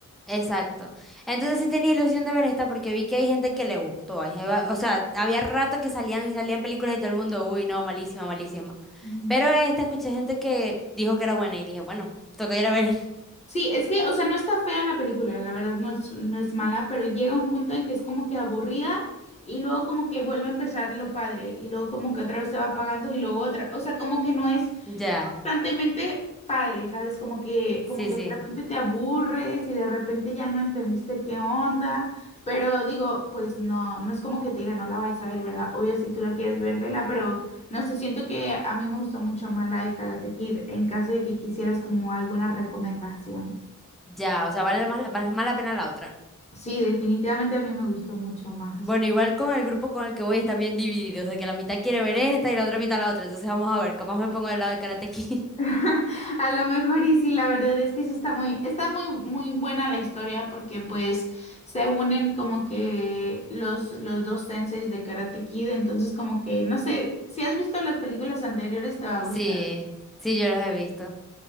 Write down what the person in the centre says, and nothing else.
Exacto. Entonces sí tenía ilusión de ver esta porque vi que hay gente que le gustó. hay jeva- o sea, había rato que salían y salían películas y todo el mundo, uy, no, malísima, malísima.
Pero esta escuché gente que dijo que era buena y dije, bueno, toca ir a ver. <laughs>
Ya,
sí,
sí.
Ya, o sea, vale más, vale más la pena la otra.
Bueno, igual con el grupo con el que voy están bien divididos, de que la mitad quiere ver esta y la otra mitad la otra. Entonces vamos a ver, capaz me pongo del lado de Karate Kid. <laughs>
Sí, sí, yo los he visto.